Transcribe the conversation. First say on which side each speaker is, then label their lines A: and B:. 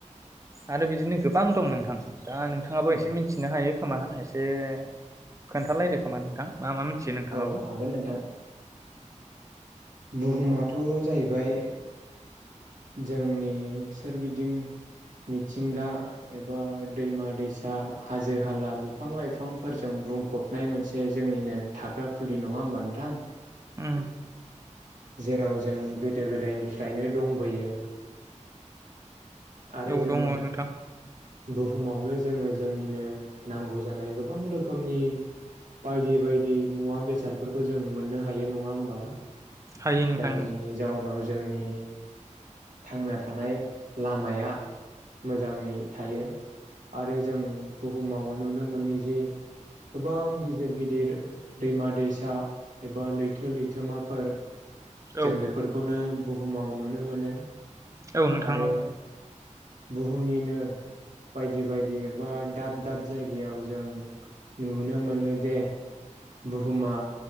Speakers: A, on the right; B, on the right.
A: आरो बिदिनो गोबां दं नोंथां दा नोंथाङाबो
B: औ
A: एसे मिनथिनो हायो खोमा एसे खोन्थालायदो खोमा नोंथां मा मा मिथियो नोंथाङाबो
B: औ हागोन नोंथां बुहुमाथ' जाहैबाय जोंनि सोरगिदिं मिथिंगा एबा दैमा दैसा हाजो हाला बिफां लाइफांफोरजों बुंफबनाय मोनसे जोंनिनो थाग्रा खुलि नङा होमबा नोंथां
A: ओम
B: जेराव जों गोदो गो दायनिफ्रायनो दंबोयो आरो
A: औ
B: जों
A: दङ नोंथां
B: बुहुमावनो जोङो जोंनिनो नांगौ जानाय गोबां रोखोमनि बायदि बायदि मुवा बेसादफोरखौ जों मोननो हायो नङा होमबा
A: हायो नोंथां
B: जायनि जाउनाव जोंनि थांना थानाय लामाया मोजाङै थायो आरो जों बुहुमाव नुनो मोनो जि गोबां गिदिर गिदिर दैमा दैसा एबा लैथो लैथोमाफोर
A: औ
B: जों बेफोरखौनो बुहुमाव नुनो मोनो
A: औ नोंथां
B: आरो
A: औ
B: बुहुमनिनो बायदि बायदि एबा दाब दाब जायगायाव जों नुनो मोनो जे बुहुमा